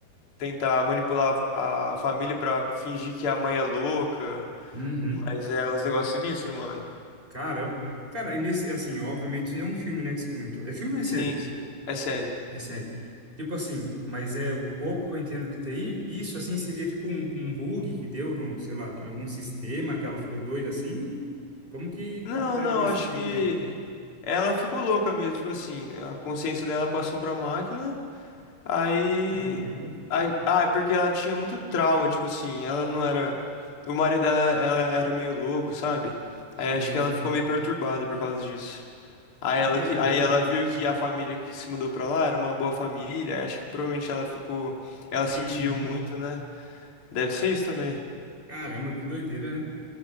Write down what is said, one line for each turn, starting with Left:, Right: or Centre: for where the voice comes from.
Left: tentar manipular a família pra fingir que a mãe é louca,
Right: Uhum.
Left: mas é uns negócios sinistros, mano.
Right: Caramba. Cara, e nesse, assim, obviamente isso aí é um filme, né, que você comentou. É filme ou é
Left: Sim,
Right: série?
Left: sim. É série.
Right: É série. Tipo assim, mas é o pouco que eu entendo de TI, isso assim seria tipo um, um bug que deu no, sei lá, em algum sistema que ela ficou doida assim? Como que,
Left: Não,
Right: que daria
Left: não,
Right: pra explicar?
Left: acho que ela ficou louca mesmo, tipo assim, a consciência dela passou pra máquina, aí,
Right: Caramba,
Left: aí, ah, é porque ela tinha muito trauma, tipo assim, ela não era, o marido dela, ela era meio louco, sabe?
Right: sei,
Left: Aí acho que
Right: sei.
Left: ela ficou meio perturbada por causa disso. Aí
Right: Que
Left: ela
Right: doideira.
Left: que, aí ela viu que a família que se mudou pra lá era uma boa família, aí acho que provavelmente ela ficou, ela sentiu
Right: Uhum.
Left: muito, né? Deve ser isso também.
Right: Caramba, que doideira, né?